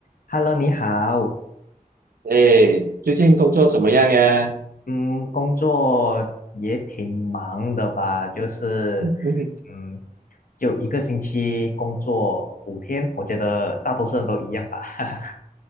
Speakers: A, on the left; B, on the right.
A: Hello，你好，
B: 哎，最近工作怎么样呀？
A: 嗯，工作也挺忙的吧？就是，
B: 嗯
A: 嗯，就一个星期工作五天，我觉得大多数人都一样吧。<laughs>